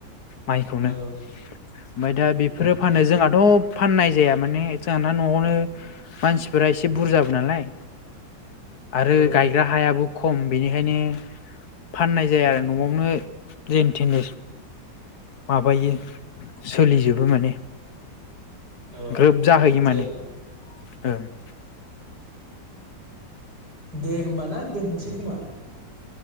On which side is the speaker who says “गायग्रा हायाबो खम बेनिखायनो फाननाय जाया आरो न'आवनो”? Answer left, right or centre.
Left